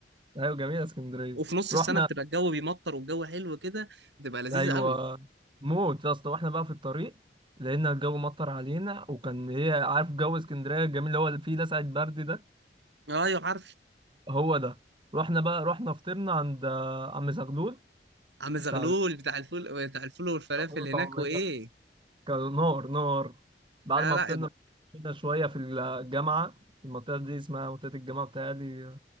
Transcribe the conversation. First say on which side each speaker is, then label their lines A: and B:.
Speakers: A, on the right; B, on the right.
A: ايوه جميله اسكندريه
B: وفي نص السنه
A: رحنا
B: بتبقى الجو بيمطر والجو حلو كده بتبقى لذيذه
A: ايوه
B: قوي
A: موت يا اسطى واحنا بقى في الطريق لقينا الجو مطر علينا وكان هي عارف جو اسكندريه الجميل اللي هو اللي فيه لسعة برد ده
B: ايوه عارف
A: هو ده رحنا بقى رحنا فطرنا عند آه، عم زغلول
B: عم زغلول
A: بتاع
B: بتاع الفول بتاع الفول والفلافل
A: الفول وطعمية
B: هناك وايه
A: كان نار نار بعد
B: لا
A: ما
B: لا
A: فطرنا كنا شوية في الجامعة المنطقة دي اسمها منطقة الجامعة بتاعتي